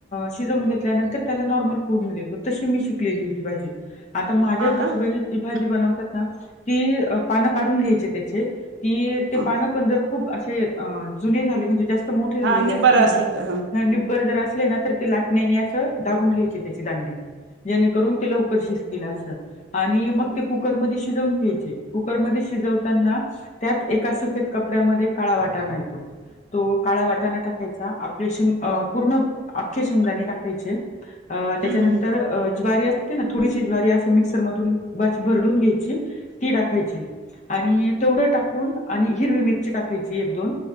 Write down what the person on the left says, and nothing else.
शिजवून घेतल्यानंतर त्याला नॉर्मल फोडणी देतो तशी मी शिकलेली होती भाजी. आता माझ्या
सासूबाई
जी भाजी बनवतात ना ती पानं काढून घ्यायची त्याचे. ती ते
पानं पण जर खूप अशे जुने झाले म्हणजे जास्त मोठे झालेले
असतील
ना
हा निब्बर जर असले ना तर ते लाटण्याने असं दागून घ्यायचे त्याची दांडी जेणेकरून ते लवकर शिजतील अस. आणि मग
ते कुक र मध्ये शिजून घ्यायचे कुकर मध्ये शिजवताना त्यात एका सफेद क पड्यामध्ये काळा वाटाणा येतो तो काळा वाटाणा टाकायचा शेंग अ पूर्ण अख्ये शेंगदाणे टकायचे अ त्याच्यानंतर
ज्वारी आ ती ना थोडीशी ज्वारी अस मिक्सर मधून ब अशी भरडून घ्यायची ती टाकायची. आणि तेवढं टाकून आणि हिरवी मिरची टाकायची एक दोन